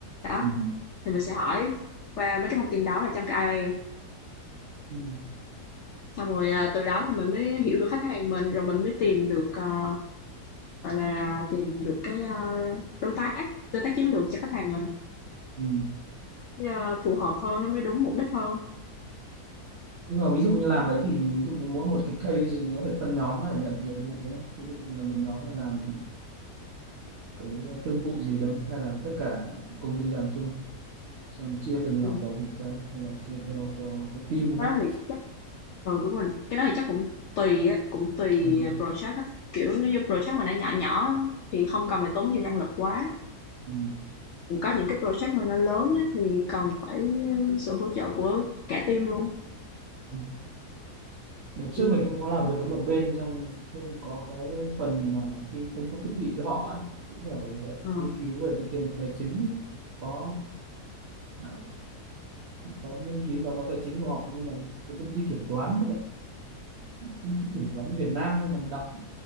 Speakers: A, on the left (about 75°); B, on the right (about 65°).
A: đó
B: ừ,
A: thì mình sẽ hỏi qua mấy cái thông tin đó ở trong cái IELTS
B: ừ, ừ.
A: xong rồi ờ, từ đó thì mình mới hiểu được khách hàng mình rồi mình mới tìm được ờ, gọi là tìm được cái ờ, đối tác đối tác chiến lược cho khách hàng mình
B: ừ.
A: ờ, phù hợp hơn nó mới đúng mục đích hơn
B: nhưng mà ví dụ như làm đấy thì ví dụ như mỗi một cái case thì nó phải phân nhóm để nhận nhiệm vụ đúng không ví dụ như là một nhóm là làm cái thương vụ gì đúng không hay là tất cả công ty làm chung xong chia từng nhỏ
A: Ừ,
B: đầu việc ra hay là chia theo theo, theo team
A: cái
B: đúng
A: đó
B: không
A: thì Ờ đúng rồi, cái đó thì chắc cũng tùy á, cũng tùy
B: ừ,
A: project á. Kiểu nếu như project mà nó nhỏ nhỏ á, thì không cần phải tốn nhiều nhân lực quá.
B: ừ,
A: Còn có những cái project mà nó lớn á, thì cần phải ờ, sự hỗ trợ của cả team luôn.
B: ừ. đợt trước
A: Ừ.
B: mình cũng có làm việc với một bên trong trong có cái phần mà đi cung cấp thiết bị cho họ ấy cũng phải ờ,
A: Ờ.
B: nghiên cứu về cái tiềm lực tài chính có à, có nghiên cứu và có tài chính của họ nhưng mà cái công ty kiểm toán với lại công ty kiểm toán Việt Nam nên là đọc